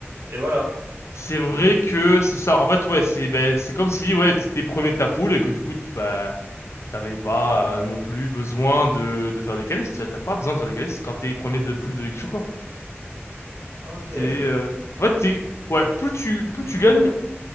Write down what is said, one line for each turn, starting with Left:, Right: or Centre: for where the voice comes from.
Right: et voilà.
Left: C'est vrai que c'est ça. En fait, ouais, c'est ben, c'est comme si ouais, t'étais premier de ta poule et que du coup, bah, t'avais pas euh, non plus besoin de, de faire des qualifs. Tu T'as pas besoin de faire des qualifs quand t'es premier de poule de Ligue des Champions.
Right: Ok.
Left: T'es, euh, en fait, t'es, ouais, plus tu plus tu gagnes